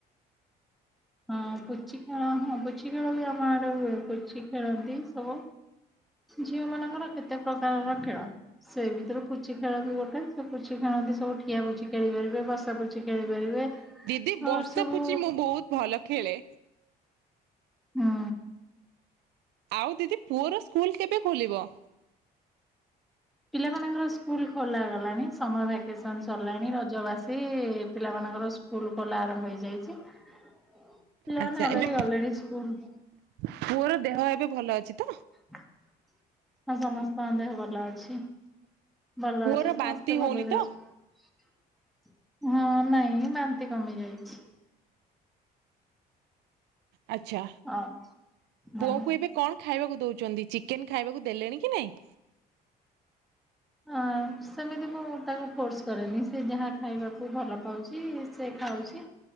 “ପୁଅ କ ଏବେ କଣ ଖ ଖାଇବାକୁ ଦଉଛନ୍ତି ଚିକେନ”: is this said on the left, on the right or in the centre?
Right